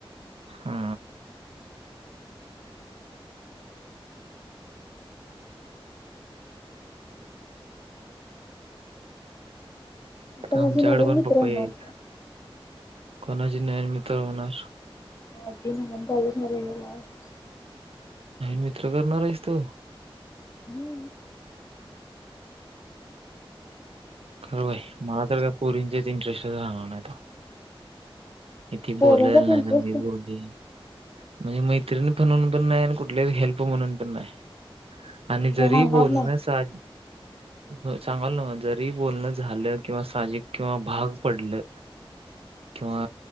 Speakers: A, on the right (about 85°); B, on the left (about 35°).
A: हा
B: आता
A: तर आमच्याकडे
B: माझे नवीन
A: पण
B: मित्र
A: पप्पई
B: होणार
A: आहेत
B: का
A: कोणाची नविन मित्र होणार
B: माझी ना कॉलेज मध्ये गेल्यावर
A: नाही मित्र करणार आहेस तो
B: हम्म
A: खरं बा आहे मला तर काय पोरींचेच इंटरेस्ट राहणार नाही त ती
B: पोरींच्यात
A: बोलल नाही
B: इंटरेस्ट
A: तर मी बोलेल म्हणजे मैत्रिणी म्हणून पण नाही आणि कुठले हेल्प म्हणून पण नाही. आणि
B: राहणार
A: जरी बोलणं
B: नाही
A: सा हो चांगल न जरी बोलण झालं किंवा साजिक किंवा भाग पडलं. किंवा